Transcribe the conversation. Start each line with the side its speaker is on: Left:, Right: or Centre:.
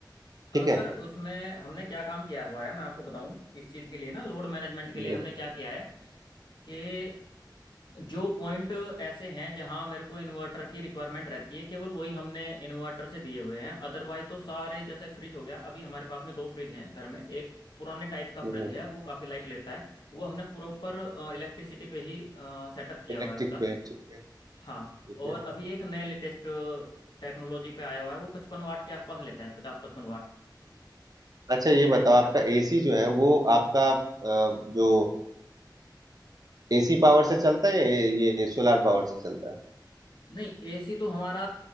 Right: ठीक
Left: अ, सर
Right: है
Left: उसमें हमने क्या काम किया हुआ है मैं आपको बताऊं इस चीज़ के लिए ना लोड मैनेजमेंट के
Right: ये
Left: लिए हमने क्या किया है कि जो पॉइंट ऐसे हैं जहां मेरे को इन्वर्टर की रिक्वायरमेंट रहती है केवल वही हमने इन्वर्टर से दिए हुए हैं अदरवाइज तो सारे जैसे फ्रिज हो गया अभी हमारे पास में दो फ्रिज हैं घर में एक पुराने टाइप का फ्रिज
Right: हम्म,
Left: है वो काफ़ी लाइट लेता है वो हमने प्रॉपर इलेक्ट्रिसिटी पे ही सेटअप किया
Right: इलेक्ट्रिक
Left: हुआ है उसका
Right: पे ठीक है
Left: हाँ
Right: ठीक है
Left: और अभी एक नए लेटेस्ट टेक्नोलॉजी पे आया हुआ है वो पचपन वाट के आसपास लेता है पचास पचपन वाट
Right: अच्छा ये
Left: एलजी
Right: बताओ
Left: का
Right: आपका एसी जो है वो आपका अ, जो एसी पावर से चलता है या ये सोलार पावर से चलता है
Left: नहीं एसी तो हमारा